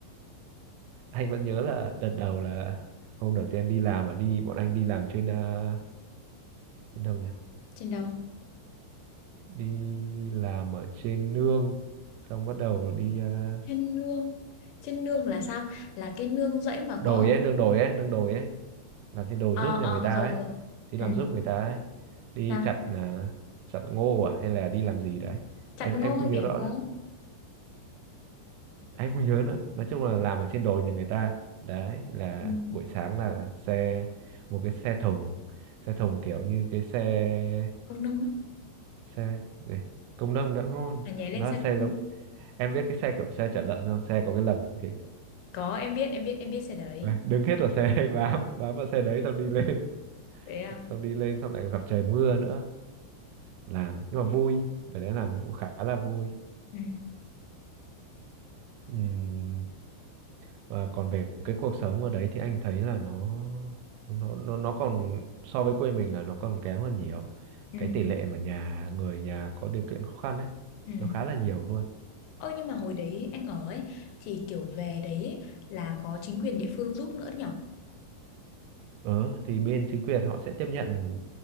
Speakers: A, on the right; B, on the left.
A: anh vẫn nhớ là đợt đầu là hôm đầu tiên đi làm mà đi bọn anh đi làm trên à, đến đâu nhỉ
B: trên đâu
A: đi làm ở trên nương xong bắt đầu đi à,
B: trên nương trên nương là sao là cái nương rẫy mà
A: đồi
B: có
A: ấy nương đồi ấy nương đồi ấy làm trên đồi
B: ờ
A: giúp nhà
B: ờ
A: người ta
B: rồi
A: ấy
B: rồi
A: đi làm
B: ừ.
A: giúp người ta ấy đi
B: Nam
A: chặt à, chặt ngô à hay là đi làm gì đấy
B: Chặt
A: em
B: ngô
A: em không
B: hay bẻ
A: nhớ rõ
B: ngô?
A: nữa anh không nhớ nữa nói chung là làm ở trên đồi nhà người ta đấy là
B: Ừ.
A: buổi sáng là xe một cái xe thùng xe thùng kiểu như cái xe
B: Công nung á.
A: xe này, công nông đã ngon
B: À nhảy lên
A: nó
B: xe
A: là xe
B: công
A: giống
B: nung.
A: em biết cái xe kiểu xe chở lợn không xe có cái lồng kiểu
B: Có, em biết, em biết, em biết xe đấy.
A: Đấy, đứng hết vào xe <laughs> bám bám vào xe đấy xong đi lên
B: Thế à?
A: xong đi lên xong lại còn gặp trời mưa nữa làm nhưng mà vui để đấy làm vụ khá là vui
B: Ừ,
A: Ừm, và còn về cái cuộc sống ở đấy thì anh thấy là nó nó nó nó còn so với quê mình là nó còn kém hơn nhiều
B: ừ,
A: cái tỷ lệ mà nhà người nhà có điều kiện khó khăn ấy
B: ừ.
A: nó khá là nhiều luôn
B: Ơ nhưng mà hồi đấy anh ở ấy thì kiểu về đấy ấy, là có chính quyền địa phương giúp nữa nhở?
A: Ờ, thì bên chính quyền họ sẽ tiếp nhận